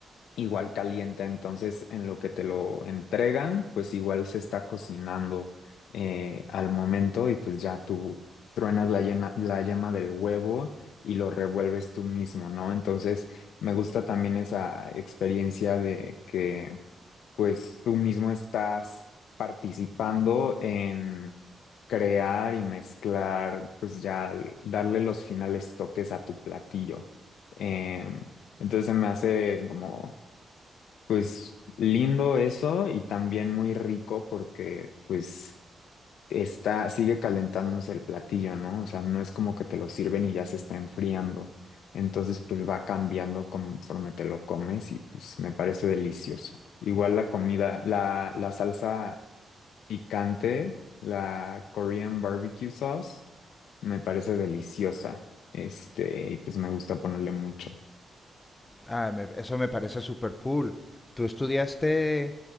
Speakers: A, on the left; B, on the left.
A: igual caliente. Entonces, en lo que te lo entregan, pues igual se está cocinando eh, al momento y pues ya tú truenas la, llena- la yema del huevo y lo revuelves tú mismo, ¿no? Entonces, me gusta también esa experiencia de que pues tú mismo estás participando en crear y mezclar, pues ya darle los finales toques a tu platillo. Eh, entonces se me hace como, pues lindo eso y también muy rico porque, pues está, sigue calentándose el platillo, ¿no? O sea, no es como que te lo sirven y ya se está enfriando. Entonces, pues va cambiando conforme te lo comes y pues me parece delicioso. Igual la comida, la, la salsa picante, la Korean barbecue sauce, me parece deliciosa. Este, y pues me gusta ponerle mucho.
B: Ah, me- eso me parece súper cool. Tú estudiaste